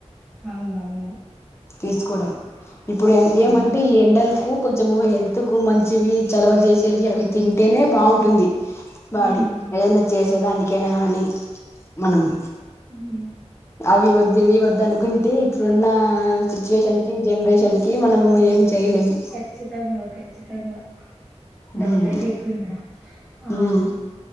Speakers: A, in the centre; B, on the left.
A: అవునవును
B: తీసుకోవడం ఇప్పుడు
A: హ్మ్
B: ఏమంటే ఈ ఎండలకు కొంచము హెల్త్ కు మంచివి చలవ చేసేవి అవి తింటేనే బాగుంటుంది బాడి
A: హ్మ్
B: ఏదైనా చేసే దానికైనా గాని మనము
A: హ్మ్
B: అవి వద్దువి
A: అవును
B: వద్ అనుకుంటే ఇప్పుడున్న సిచ్యువేషన్ కి జనరేషన్ కి మనము ఏం చేయలేము
A: ఖచ్చితంగా ఖచ్చితంగా డౌటే
B: ఉమ్
A: లేకుండా ఆ
B: ఉమ్